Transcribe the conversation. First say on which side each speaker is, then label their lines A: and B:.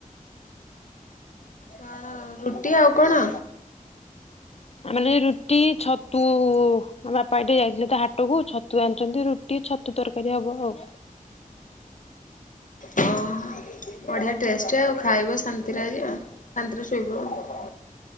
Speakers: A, on the left; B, on the left.
A: କଣ ରୁଟି ଆଉ କଣ?
B: ତାମାନେ ରୁଟି ଛ ହୋ ଆମ ବାପା ଏଟି ଯାଇଥିଲେ ତ ହାଟକୁ ଛତୁ ଆଣିଚନ୍ତି ରୁଟି ଛତୁ ତରକାରୀ ହବ ଆଉ।
A: ହଁ। ବଢିଆ ଟେଷ୍ଟ ଆଉ ଖାଇବ ଶାନ୍ତିରେ ଆଜି ଆ ଶାନ୍ତିରେ ଶୋଇବ ଆ।